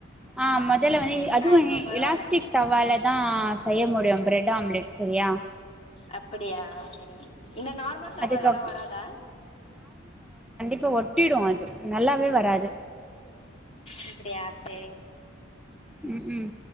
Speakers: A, in the centre; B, on the left.
A: ஆ மொதல்ல வந்து அதுவு
B: ஆ இப்போ பரவால்ல
A: இலாஸ்டிக் தவால தா செய்ய முடியு ப்ரெட் ஆம்லெட் செரியா
B: அப்புடியா செரி இந்த நார்மல் தவாலெல்லா
A: அதுக்கப்
B: வராதா
A: இப்ப ஒட்டிடு அது நல்லாவே வராது.
B: அப்டியா செரிங்
A: ம் ம்